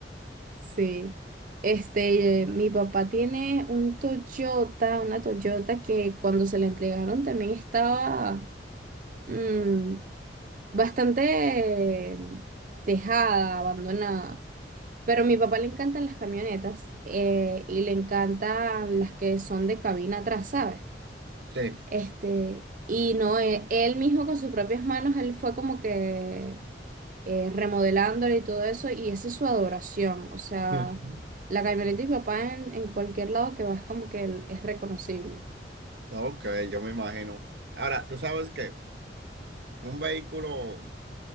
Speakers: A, on the right (about 45°); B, on the right (about 65°).
A: Sí. Este, eh, mi papá tiene un Toyota, una Toyota que cuando se la entregaron también estaba mm, bastante eh, dejada, abandonada. Pero a mi papá le encantan las camionetas eh, y le encantan las que son de cabina atrás, ¿sabes?
B: Sí.
A: Este, y no, e- él, mismo con sus propias manos, él fue como que eh, remodelándole y todo eso, y esa es su adoración. O sea,
B: <laughs>
A: la camioneta de mi papá en, en cualquier lado que vas como que él es reconocible.
B: Ok, yo me imagino. Ahora, tú sabes que un vehículo